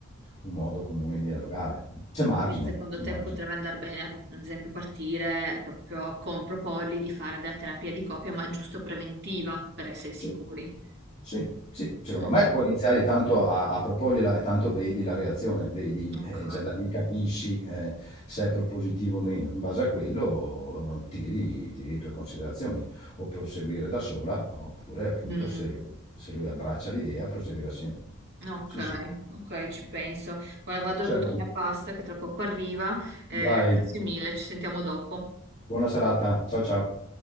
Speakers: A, on the left (about 35°); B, on the right (about 55°).
A: un modo comune di dialogare. C'è margine,
B: Ma quindi secondo
A: c'è
B: te
A: margine.
B: potrebbe andare bene, ad esempio, partire proprio con proporgli di fare della terapia di coppia, ma giusto preventiva, per essere sicuri?
A: Sì, sì, sì, secondo
B: Mm,
A: me puoi iniziare intanto a, a proporgliela e tanto vedi la reazione, vedi,
B: Ok.
A: eh, già da lì capisci eh, se è propositivo o meno. In base a quello tiri, tiri le tue considerazioni, o proseguire da sola, oppure appunto
B: Mm,
A: se lui, se lui abbraccia l'idea, proseguire assieme.
B: Ok,
A: Sì, sì,
B: ok, ci penso. Guarda, vado
A: certo.
B: a buttare la pasta che tra poco arriva. Eh,
A: Dai,
B: grazie mille, ci sentiamo dopo.
A: buona serata. Ciao ciao.